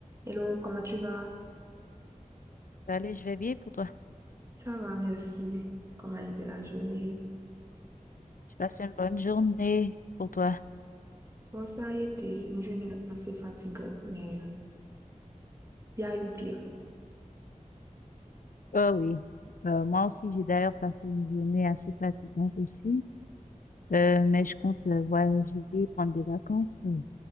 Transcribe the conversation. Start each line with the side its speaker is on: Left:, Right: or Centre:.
Right: Hello, comment tu vas?
Left: Salut, je vais bien pour toi.
Right: Ça va, merci. Comment a été la journée?
Left: Je passe une bonne journée pour toi.
Right: Bon, ça a été une journée assez fatigante, mais il y a eu pire.
Left: Oh oui, Euh, moi aussi, j'ai d'ailleurs passé une journée assez fatigante aussi, Euh, mais je compte euh, voyager, prendre des vacances. Euh,